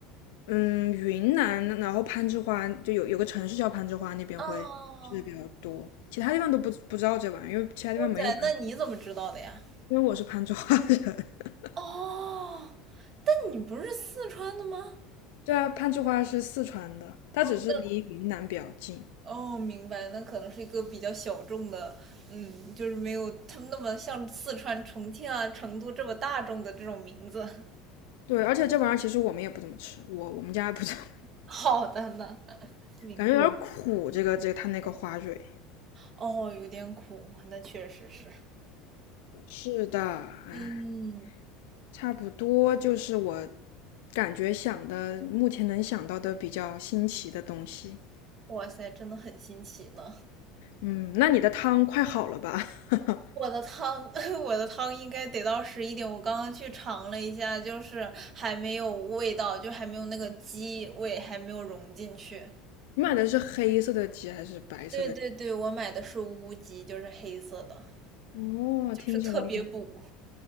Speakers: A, on the left; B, on the right.
A: 嗯云南，然后攀枝花就有有个城市叫攀枝花，那边会吃的比较多，
B: 哦，
A: 其他地方都不不知道这玩意儿，因为其他地方没有攀，
B: 哇塞，那你怎么知道的呀？
A: 因为我是攀枝花人。<laughs>
B: 哦，那你不是四川的吗？
A: 对啊，攀枝花是四川的，它只是离云南比较近。
B: 哦，那哦，明白，那可能是一个比较小众的，嗯，就是没有他们那么像四川、重庆啊、成都这么大众的这种名字。<laughs>
A: 对，而且这玩意儿其实我们也不怎么吃，我我们家不怎么，
B: 好的呢，明白。
A: 感觉有点嗯苦，这个这个它那个花蕊。
B: 哦，有点苦，那确实是。
A: 是的，哎。
B: 嗯，
A: 差不多就是我感觉想的，目前能想到的比较新奇的东西。
B: 哇塞，真的很新奇呢。
A: 嗯，那你的汤快好了吧？<laughs>
B: 我的汤，<laughs> 我的汤应该得到十一点。我刚刚去尝了一下，就是还没有味道，就还没有那个鸡味，还没有融进去。
A: 你买的是黑色的鸡还是白色的鸡
B: 对对对，我买的是乌鸡，就是黑色的，
A: 哦，
B: 就是特别补。
A: 听起来